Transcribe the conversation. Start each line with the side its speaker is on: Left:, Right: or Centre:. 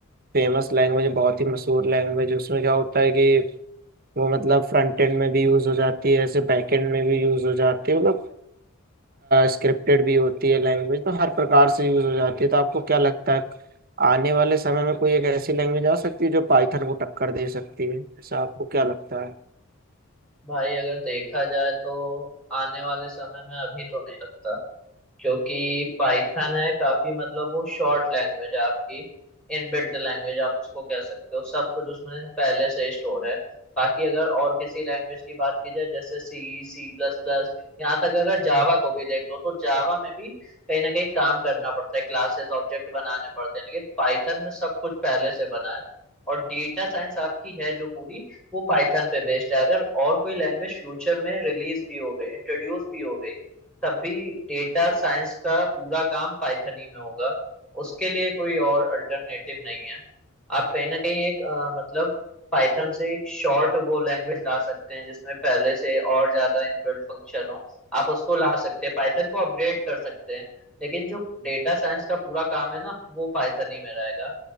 Right: फेमस लैंग्वेज है बहुत ही मशहूर लैंग्वेज है उसमें क्या होता है कि वो मतलब फ्रंट एंड में भी यूज हो जाती है ऐसे बैक एंड में भी यूज हो जाती है मतलब स्क्रिप्टेड भी होती है लैंग्वेज तो हर प्रकार से यूज हो जाती है तो आपको क्या लगता है आने वाले समय में कोई एक ऐसी लैंग्वेज आ सकती है जो पाइथन को टक्कर दे सकती है ऐसा आपको क्या लगता है
Centre: भाई अगर देखा जाए तो आने वाले समय में अभी तो नहीं लगता क्योंकि पाइथन है काफी मतलब वो शॉर्ट लैंग्वेज है आपकी इनबिल्ट लैंग्वेज आप उसको कह सकते हो सब कुछ उसमें पहले से स्टोर है बाकी अगर और किसी लैंग्वेज की बात की जाए जैसे सी सी प्लस प्लस यहाँ तक अगर जावा को भी देख लो तो जावा में भी कहीं ना कहीं काम करना पड़ता है क्लासेस ऑब्जेक्ट बनाने पड़ते हैं लेकिन पाइथन में सब कुछ पहले से बना है और डेटा साइंस आपकी है जो पूरी वो पाइथन पे बेस्ड है अगर और कोई लैंग्वेज फ्यूचर में रिलीज भी हो गई इंट्रोड्यूस भी हो गई तब भी डेटा साइंस का पूरा काम पाइथन ही में होगा उसके लिए कोई और अल्टरनेटिव नहीं है आप कहीं ना कहीं एक अ, मतलब पाइथन से एक शॉर्ट वो लैंग्वेज ला सकते हैं जिसमें पहले से और ज्यादा इनबिल्ट फंक्शन हो आप उसको ला सकते हैं पाइथन को अपग्रेड कर सकते हैं लेकिन जो डेटा साइंस का पूरा काम है ना वो पाइथन ही में रहेगा